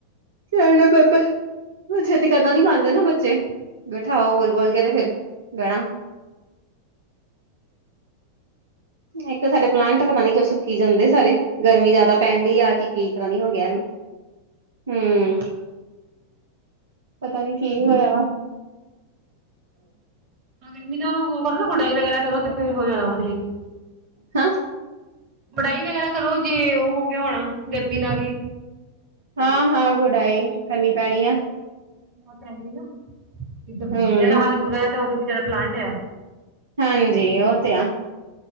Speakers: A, on the right; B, on the right.
A: <unintelligible> ਬਹਿ-ਬਹਿ ਛੇਤੀ ਕਰਦਾਂ ਨੀ ਮੰਣਦੇ ਨਾ ਬੱਚੇ, ਬਿਠਾਓ ਬੋਲ-ਬੋਲ ਕੇ, ਤੇ ਫੇਿਰ ਬਹਿਣਾ ਇੱਕ ਸਾਡੇ, ਪਲਾਂਟ ਪਤਾ ਨੀ ਕਿਉ ਉਹ ਸੁੱਕੀ ਜਾਂਦੇ ਸਾਰੇ, ਗਰਮੀ ਜ਼ਿਆਦਾ ਪੈਣ ਦਈ ਆ ਕੀ, ਕੀ ਇੱਕ ਪਤਾ ਨੀ ਹੋ ਗਿਆ ਇਹਨੂੰ। ਹਮ। ਪਤਾ ਨੀ, ਕੀ ਹੋਇਆ ਵਾ।
B: ਗਰਮੀ ਨਾਲ ਗੁਡਾਈ ਵਗੈਰਾ ਕਰੋ ਤੇ, ਫੇਰ ਹੋ ਜਾਣਾ ਵਾ ਠੀਕ।
A: ਹਾਂ।
B: ਗੜ੍ਹਾਈ ਵਗੈਰਾ ਕਰੋ, ਜੇ ਉਹ ਗਿਆ ਹੋਣਾ ਗਰਮੀ ਨਾਲ ਵੀ
A: ਹਾਂ-ਹਾਂ ਗੁਡਾਈ, ਕਰਨੀ ਪੈਣੀ ਆ।
B: ਬਹੁਤ ਹੈ ਨਾ, ਜਿੱਥੇ
A: ਹੂੰ,
B: ਬੰਦੇ ਦਾ ਹਾਲ ਬੁਰਾ ਆ, ਤੇ ਉਦੋਂ ਵਿਚਾਰਾਂ ਪਲਾਂਟ ਆ।
A: ਹਾਂਜੀ ਉਹ ਤੇ ਆ,